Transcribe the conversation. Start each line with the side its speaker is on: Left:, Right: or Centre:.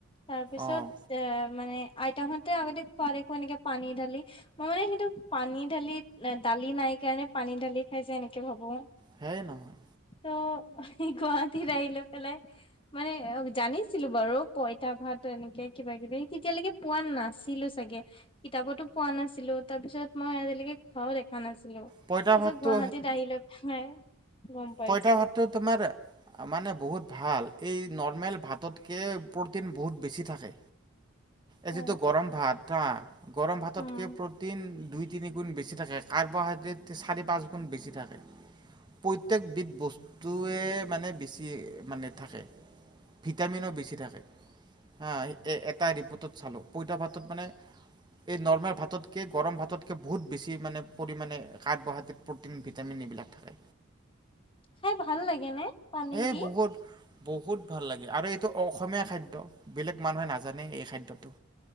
Left: তাৰপিছত
Right: অঁ
Left: আ মানে আইতাহতে আগতে খোৱা দেখো এনেকে পানী ঢালি, মই মানে কিন্তু পানী ঢালি দালি নাই সেইকাৰণে পানী ঢালি খাই যে এনেকে ভাবো
Right: সেই নহয়।
Left: অ' গুৱাহাটীত আহি লৈ পেলাই, মানে অ জানিছিলো বাৰু পইতা ভাত এনেকে কিবা-কিবি তেতিয়ালৈকে পোৱা নাছিলো চাগে, কিতাপতো পোৱা নাছিলো, তাৰ পিছত মই আজিলৈকে খোৱাও দেখা নাছিলো,
Right: পইতা
Left: তাৰপিছত
Right: ভাতটো
Left: গুৱাহাটীত আহিলৈ পেলাই গম পাইছো
Right: পঁইতা ভাতটো তোমাৰ মানে বহুত ভাল এই নৰ্মেল ভাততকে প্ৰ'টিন বহুত বেছি থাকে। এই
Left: অ
Right: যিটো গৰম ভাত হা, গৰম ভাততকে
Left: উম
Right: প্ৰটিন দুই তিনিগুণ বেছি থাকে, কাৰ্বহাইড্ৰেড চাৰি-পাঁচ গুণ বেছি থাকে, প প্ৰত্যেকবিধ বস্তুৱে মানে বেছি মানে থাকে ভিটামিনো বেছি থাকে। হা এ এটা ৰিপৰ্টত চালো, পইতা ভাতত মানে এই নৰ্মেল ভাততকে গৰম ভাততকে বহুত বেছি মানে পৰিমণে কাৰ্বহাইড্ৰেড, প্ৰটিন, ভিটামিন এইবিলাক থাকে।
Left: খাই ভাল লাগে নে? পানী
Right: এই
Left: দি
Right: বহুত বহুত ভাল লাগে আৰু এইটো অসমীয়া খাদ্য, বেলেগ মানুহে নাজানে এই খাদ্যটো।